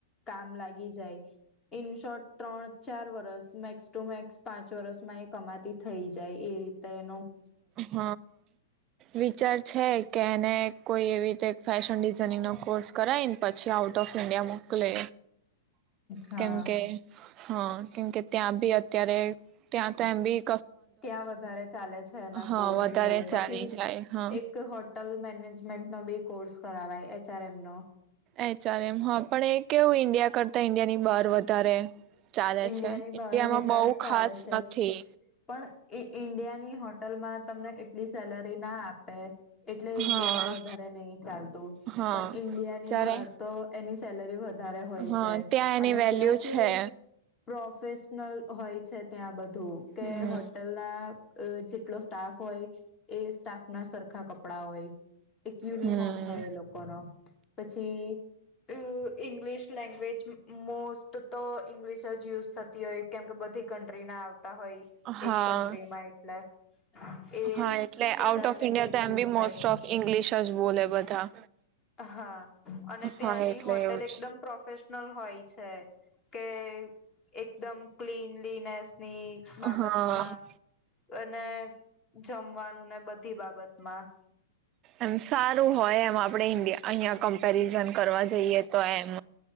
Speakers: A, on the left; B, on the right.
A: કામ લાગી જાય ઈન શોર્ટ ત્રણ ચાર વરસ મેક્સ ટુ મેક્સ પાંચ વરસમાં એ કમાતી થઈ જાય એ રીતે એ
B: હ વિચાર છે કે એને કોઈ એવી રીતે ફેશન ડિઝાઇનિંગ નો કોર્સ કરાય ને પછી આઉટ ઓફ ઈન્ડિયા મોકલે
A: હા
B: કેમ કે હા કેમકે ત્યાં ભી અત્યારે ત્યાં તો એમ ભી
A: ત્યાં વધારે ચાલે છે એના
B: હા
A: કોર્સ
B: વધારે
A: ને એવું પછી
B: ચાલી જાય હા
A: એક હોટલ મેનેજમેન્ટ નો બી કોર્ કોસ કરવાય એચ આર એમ નો.
B: એચ આર એમ હા પણ એ કેવું ઈન્ડિયા કરતા ઇન્ડિયા ની બહાર વધારે. ચાલે
A: ઈન્ડિયાની
B: છે ઈન્ડિયામાં
A: બહાર વધારે
B: બહુ
A: ચાલે
B: ખાસ
A: છે
B: નથી
A: પણ એ ઈન્ડિયાની હોટલમાં તમને એટલી સેલરી ના આપે. એટલે ઈન્ડિયામાં
B: હા
A: વધારે નહી ચાલતું
B: હા
A: પણ ઈન્ડિયા ની
B: જ્યારે
A: બહાર તો એની સેલરી વધ વધારે હોય
B: હા
A: છે
B: ત્યાં એની
A: અને
B: વેલ્યુ
A: ત્યાં કેવું
B: છે
A: પ્રોફેશનલ હોય છે ત્યાં બ તું કે
B: હમ
A: હોટેલ ના એ જેટલો સ્ટાફ હોય. એ સ્ટાફ ના સરખા કપડા હોય એક યુનિફોર્મ
B: હમ
A: હોય એ લોકોનો. પછી ઇંગ્લિશ લેંગ્વેજ મોસ્ટ તો ઇંગ્લિશ જ <inaudible> યુઝ થતી હોય કેમ કે બધી કન્ટ્રી ના આવતા હોય
B: હા
A: એક કન્ટ્રીમાં એટલે. એ
B: હા એટલે
A: વધારે
B: આઉટ ઓફ
A: લેંગ્વેજ
B: ઇન્ડિયા તો એમ
A: યુઝ
B: બી
A: થાય
B: મોસ્ટ ઓફ ઇંગ્લિશ જ બોલે બધા.
A: હા અને
B: હા
A: ત્યાંની
B: એટલે
A: હોટેલ
B: એવું જ
A: એકદમ પ્રોફેશનલ હોય છે કે એકદમ ક્લીન. ક્લીનસ. ની બાબતમાં
B: હા
A: અને જમવાનું ને બધી બાબતમાં.
B: એમ સારું હોય એમ આપડે ઇન્ડિયા અ અહિયાં ક કમ્પેરિઝન કરવા જઈએ તો એમ.